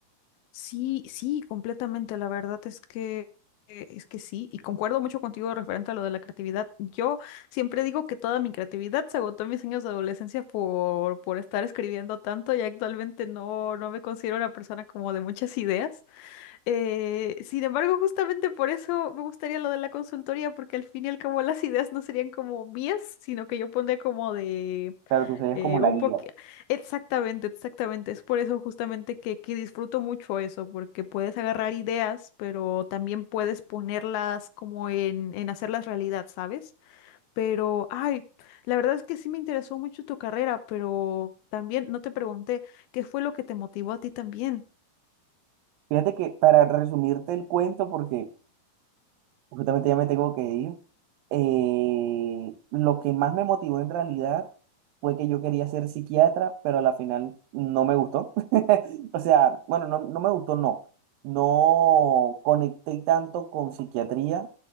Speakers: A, on the left; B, on the right.
A: Sí, sí, completamente. La verdad es que es que sí, y concuerdo mucho contigo referente a lo de la creatividad. Yo siempre digo que toda mi creatividad se agotó en mis años de adolescencia por, por estar escribiendo tanto y actualmente no, no me considero una persona como de muchas ideas. Eh, sin embargo, justamente por eso me gustaría lo de la consultoría, porque al fin y al cabo las ideas no serían como mías, sino que yo pondría como de
B: Claro, tú serías
A: eh,
B: como la
A: un
B: guía.
A: poquito. Exactamente, exactamente. Es por eso justamente que, que disfruto mucho eso, porque puedes agarrar ideas, pero también puedes ponerlas como en, en hacerlas realidad, ¿sabes? Pero, ay, la verdad es que sí me interesó mucho tu carrera, pero también no te pregunté qué fue lo que te motivó a ti también.
B: Fíjate que para resumirte el cuento, porque justamente ya me tengo que ir, eh, lo que más me motivó en realidad fue que yo quería ser psiquiatra, pero a la final no me gustó. <laughs> O sea, bueno, no, no me gustó, no. No conecté tanto con psiquiatría